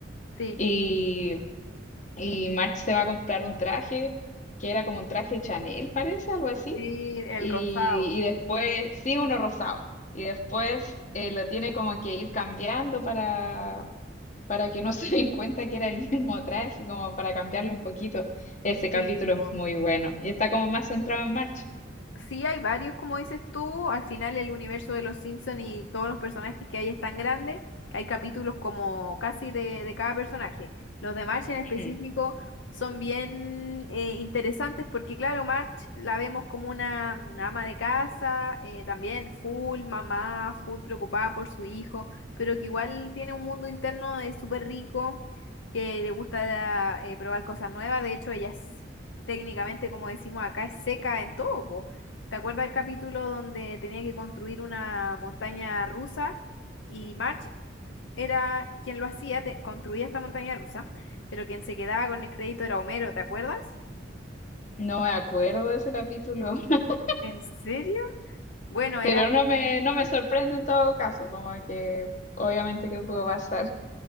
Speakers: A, on the left; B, on the left.
A: Sí,
B: Y, y March se va a comprar un traje que era como un traje Chanel, parece, algo así
A: sí, el
B: y,
A: rosado.
B: y después, sí, uno rosado. Y después eh, lo tiene como que ir cambiando para, para que no <laughs> se den cuenta que era el mismo traje, como para cambiarlo un poquito. Ese capítulo
A: Sí, po.
B: es muy bueno. Y está como más centrado en March.
A: Sí, hay varios, como dices tú. Al final el universo de los Simpsons y todos los personajes que hay es tan grande que hay capítulos como casi de, de cada personaje. Los de Marge en específico
B: Mm.
A: son bien eh, interesantes porque, claro, Marge la vemos como una mm, ama de casa, eh, también full mamá, full preocupada por su hijo, pero que igual tiene un mundo interno eh, súper rico, que le gusta eh, probar cosas nuevas. De hecho, ella es técnicamente, como decimos acá, es seca en todo, po ¿Te acuerdas del capítulo donde tenía que construir una montaña rusa y March era quien lo hacía, te- construía esta montaña rusa, pero quien se quedaba con el crédito era Homero, ¿te acuerdas?
B: No me acuerdo de ese capítulo, <laughs>
A: ¿En serio? Bueno, era
B: pero no me, no me sorprende en todo caso, como que obviamente que pudo pasar.